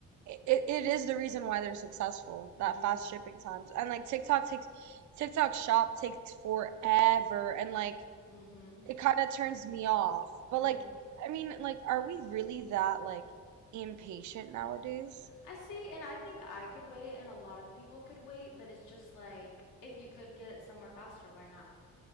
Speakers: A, on the right; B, on the left.
A: it, it it is the reason why they're successful,
B: hmm
A: that fast shipping times. And like TikTok takes TikTok shop takes forever and like
B: hmm
A: it kind of turns me off. But
B: hmm
A: like I mean like are we really that like impatient nowadays?
B: I see, and I think I could wait, and a lot of people could wait, but it's just like if you could get it somewhere faster, why not?